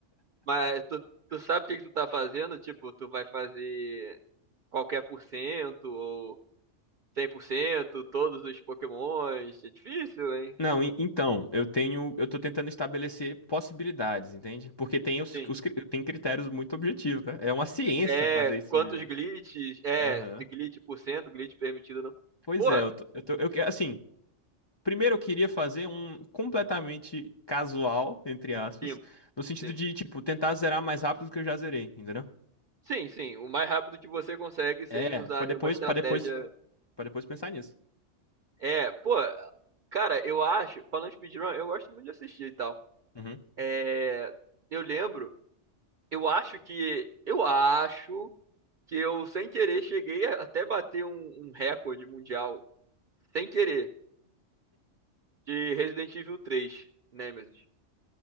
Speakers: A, on the right; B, on the left.
A: mas tu, tu sabe o que que tu tá fazendo? Tipo, tu vai fazer qualquer por cento ou 100%, todos os Pokémons. É difícil, hein?
B: Não, en- então, eu tenho, eu tô tentando estabelecer possibilidades, entende? Porque tem os,
A: Sim.
B: os cri- tem critérios muito objetivos, né? É uma ciência
A: É,
B: fazer esse
A: quantos
B: speedrun.
A: glitches? É,
B: Aham.
A: se glitch por cento, glitch permitido ou não.
B: Pois
A: Pô,
B: é, eu tô, eu tô- eu que- assim, primeiro eu queria fazer um completamente casual, entre aspas,
A: limpo,
B: no sentido
A: sim.
B: de, tipo, tentar zerar mais rápido do que eu já zerei, entendeu?
A: Sim, sim, o mais rápido que você consegue sem
B: É,
A: usar
B: pra depois,
A: nenhuma estratégia.
B: para depois, para depois pensar nisso.
A: É, pô, cara, eu acho, falando de speedrun, eu gosto muito de assistir e tal.
B: Uhum.
A: É, eu lembro, eu acho que. Eu acho que eu, sem querer, cheguei a até bater um, um recorde mundial, sem querer, de Resident Evil 3, Nemesis.